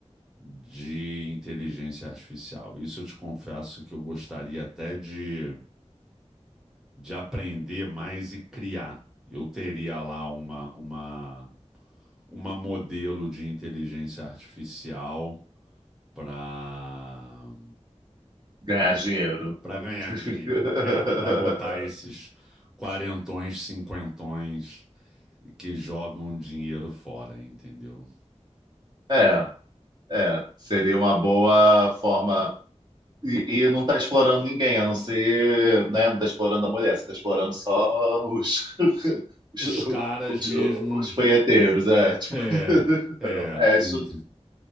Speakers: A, in the centre; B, on the right.
A: de inteligência artificial. Isso eu te confesso que eu gostaria até de, de aprender mais e criar. Eu teria lá uma, uma, uma modelo de inteligência artificial para
B: ganhar dinheiro?
A: para ganhar
B: <laughs>
A: dinheiro. É, para botar esses quarentões, cinquentões que jogam dinheiro fora, entendeu?
B: É, é, seria uma boa forma. E, e não tá explorando ninguém, a não ser, né? Não tá explorando a mulher, você tá explorando só os, <laughs> os,
A: Os caras
B: os,
A: mesmos.
B: os punheteiros, é. Tipo,
A: É,
B: <laughs>
A: é,
B: é,
A: ent-
B: isso-